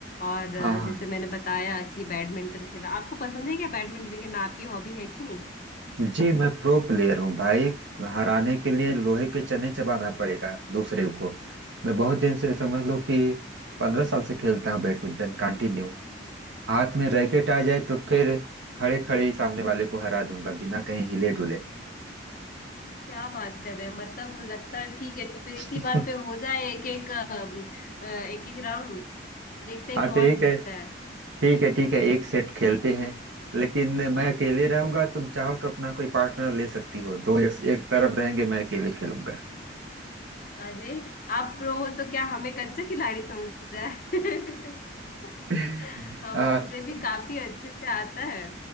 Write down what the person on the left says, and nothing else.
और अ,
जैसे मैंने बताया कि बैडमिंटन खेला आपको पसंद है क्या बैडमिंटन खेलना आपकी हॉबी है कि नहीं
क्या बात कर रहे हैं मतलब लगता है ठीक है तो फिर इसी
बात पे हो जाए एक एक एक एक राउंड देखते हैं
कौन
जीतता
है
अरे आप प्रो हो तो क्या हमें कच्चा खिलाड़ी समझ रहा है <laughs>
अब
मुझे भी काफी अच्छे से आता है